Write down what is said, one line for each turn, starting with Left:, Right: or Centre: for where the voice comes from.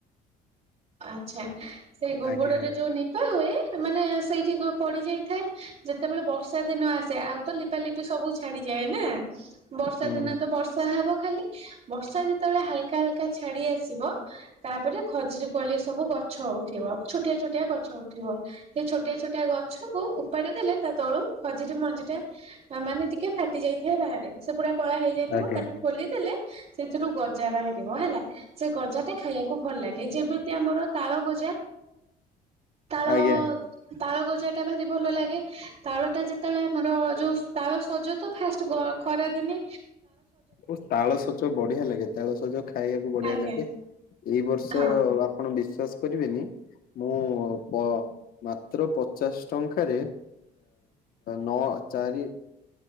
Right: ଆଚ୍ଛା ସେଇ ଗୋବରରେ
Left: ଆଜ୍ଞା
Right: ଯୋଉ ନି ପା ହୁଏ ମାନେ ସେଇଠିକି ପଡି ଯାଇଥାଏ। ଯେତେବେଳେ ବର୍ଷା ଦିନ ଆସେ ଆଉ ତ ଲିପା ଲିପି ସବୁ ଛାଡିଯାଏ ନା ବର୍ଷା
Left: ହୁଁ
Right: ଦିନେ ତ ବର୍ଷା ହବ ଖାଲି। ବର୍ଷା ଯେତେବେଳେ ହାଲକା ହାଲକା ଛାଡି ଆସିବ ତାପରେ ଖଜୁରୀ କୋଳି ସବୁ ଗଛ ଉଠିବ ଛୋଟିଆ ଛୋଟିଆ ଗଛ ଉଠିବ। ସେ ଛୋଟିଆ ଛୋଟିଆ ଗଛକୁ ଉପାଡି ଦେଲେ ତା ତଳୁ ଖଜିରି ମଞ୍ଜିଟା ମାନେ ଟିକେ ଫାଟି ଯାଇଥାଏ ବାହାରେ ସେ ପୁରା କଳା ହେଇଯାଇଥିବ
Left: ଆଜ୍ଞା।
Right: ତାକୁ ଖୋଲିଦେଲେ ସେଥିରୁ ଗଜା ବାହାରିବ ହେଲା ସେ ଗଜା ଟା ଖାଇବାକୁ ଭଲ ଲାଗେ। ଯେମି ତି ଆମର ତାଳ ଗଜା ତାଳ
Left: ଆଜ୍ଞା।
Right: ତାଳ ଗଜା ଟା ଭାରି ଭଲ ଲାଗେ। ତାଳ ଟା ଯେତେବେଳେ ଆମର ଯୋଉ ତାଳ ସଜ ତ ଫାଷ୍ଟ ଗ ଖରାଦିନେ।
Left: ଓ ତାଳସଜ ବଢିଆ ଲାଗେ ତାଳସଜ ଖାଇବାକୁ ବଢିଆ
Right: ଆଜ୍ଞା।
Left: ଲାଗେ। ଏଇ ବର୍ଷ
Right: ହଁ
Left: ଆପଣ ବିଶ୍ଵାସ କରିବେନି ମୁଁ ପ ମାତ୍ର ପଚାଶ ଟଙ୍କାରେ ନଅ ଚାରି